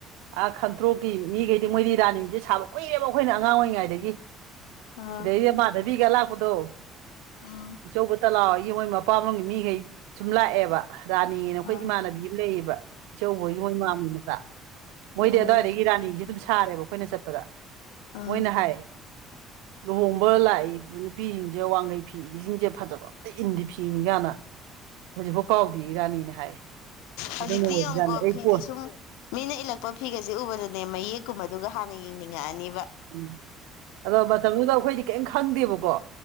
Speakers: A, on the right (about 85°); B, on the left (about 85°).
A: ꯑ ꯈꯟꯇ꯭ꯔꯣꯛꯀꯤ ꯃꯤꯒꯩꯗꯤ ꯃꯣꯏꯗꯤ ꯔꯥꯅꯤꯖꯦ ꯁꯥꯕ ꯀꯨꯏꯔꯦꯕ ꯑꯩꯈꯣꯏꯅ ꯑꯉꯥꯡ ꯑꯣꯏꯔꯤꯉꯩꯗꯒꯤ
B: ꯎꯝ
A: ꯁꯤꯗꯩꯗꯤ ꯃꯥꯙꯕꯤꯒ ꯂꯥꯛꯄꯗꯣ
B: ꯎꯝ
A: ꯏꯆꯧ ꯕꯨꯇꯂꯥ ꯍꯣꯏꯒꯤ ꯃꯣꯏ ꯃꯄꯥꯝ ꯂꯣꯝꯒꯤ ꯃꯤꯒꯩ ꯁꯨꯝ ꯂꯥꯛꯑꯦꯕ ꯔꯥꯅꯤꯅ ꯑꯩꯈꯣꯏ
B: ꯎꯝ
A: ꯏꯃꯥꯟꯅꯕꯤ ꯑꯃ ꯂꯩꯌꯦꯕ ꯏꯆꯧꯕꯣꯏꯒꯤ ꯃꯣꯏ ꯃꯥꯝꯒꯤ ꯃꯆꯥ ꯃꯣꯏꯗꯤ
B: ꯎꯝ
A: ꯑꯗꯨꯋꯥꯏꯗꯒꯤ ꯏ ꯔꯥꯅꯤꯁꯦ ꯑꯗꯨꯝ ꯁꯥꯔꯦꯕ ꯑꯩꯈꯣꯏꯅ ꯆꯠꯄꯗ
B: ꯎꯝ
A: ꯃꯣꯏꯅ ꯍꯥꯏ ꯂꯨꯍꯣꯡꯕ ꯂꯥꯛꯏꯕ ꯅꯨꯄꯤꯁꯤꯡꯁꯦ ꯋꯥꯡꯈꯩ ꯐꯤ ꯏꯜꯂꯤꯁꯤꯡꯁꯦ ꯐꯖꯕ ꯑꯝꯇꯥ ꯏꯟꯗꯤ ꯐꯤꯅꯤ ꯀꯅ ꯍꯧꯖꯤꯛꯐꯥꯎ ꯀꯥꯎꯗꯦꯔꯤ ꯏꯔꯥꯅꯤꯅ ꯍꯥꯏ
B: ꯍꯧꯖꯤꯛꯇꯤ
A: ꯑꯗꯨꯅ ꯑꯣꯏꯕꯖꯥꯠꯅꯦ
B: ꯌꯦꯡꯉꯨꯀꯣ
A: ꯑꯩ
B: ꯐꯤꯁꯦ
A: ꯀꯣꯟ
B: ꯁꯨꯝ ꯃꯤꯅ ꯏꯜꯂꯛꯄ ꯐꯤꯒꯁꯦ ꯎꯕꯗꯅꯦ ꯃꯌꯦꯛꯀꯨꯝꯕꯗꯨꯒ ꯍꯥꯟꯅ ꯌꯦꯡꯅꯤꯡꯉꯛꯑꯅꯤꯕ
A: ꯎꯝ ꯑꯗꯣ ꯃꯇꯝꯗꯨꯗ ꯑꯩꯈꯣꯏꯗꯤ ꯀꯔꯤꯝ ꯈꯪꯗꯦꯕꯀꯣ